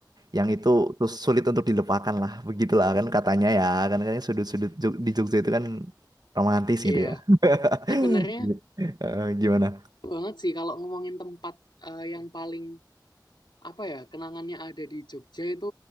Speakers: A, on the right; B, on the left.
A: yang itu terus sulit untuk dilupakan lah begitulah kan katanya ya kan katanya sudut-sudut Jog- di Jogja itu kan romantis
B: iya.
A: gitu ya
B: Sebenarnya
A: <laughs> Eh, gimana
B: banget sih kalau ngomongin tempat eh, yang paling apa ya kenangannya ada di Jogja itu